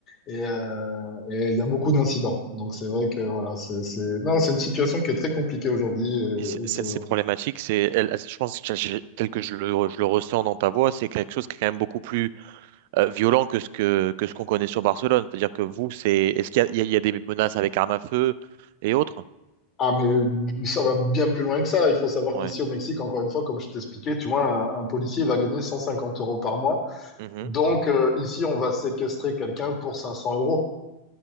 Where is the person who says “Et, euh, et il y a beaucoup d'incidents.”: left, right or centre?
Left